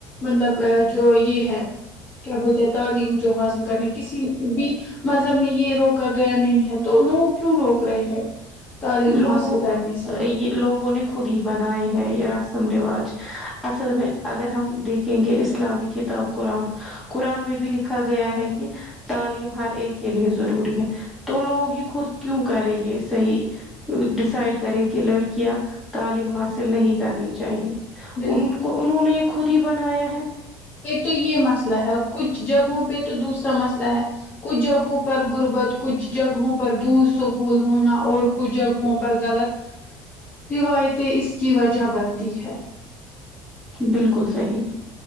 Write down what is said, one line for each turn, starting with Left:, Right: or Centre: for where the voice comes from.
Left: مطلب ہاجو یہ ہے کیا بولتے ہیں تعلیم جو حاصل کرنے کسی بھی مذہب میں یہ روکا گیا نہیں ہے تو لوگ کیوں روک رہے ہیں تعلیم
Centre: لوگوں
Left: حاصل کرنے سے
Centre: یہ لوگوں نے خود ہی بنائے ہے یہ رسم رواج اصل میں اگر ہم دیک لیں گے اسلامی کتاب قرآن قرآن میں بھی لکھا گیا ہے کہ تعلیم ہر ایک کے لیے ضروری ہے تو لوگ ہی خود کیوں کرے یہ صحیح ڈسائڈکرے کہ لڑکیاں تعلیم حاصل نہیں کرنی چاہیے
Left: بالکل
Centre: ان کو انہوں نے خود ہی بنایا ہے
Left: ایک تو یہ مسئلہ ہے کچھ جگہوں پہ تو دوسرا مسئلہ ہے کچھ جگہوں پر غربت کچھ جگہوں پر دور اسکول ہونا اور کچھ جگہوں پر غلط روایتیں اس کی وجہ بنتی ہے
Centre: بالکل صحیح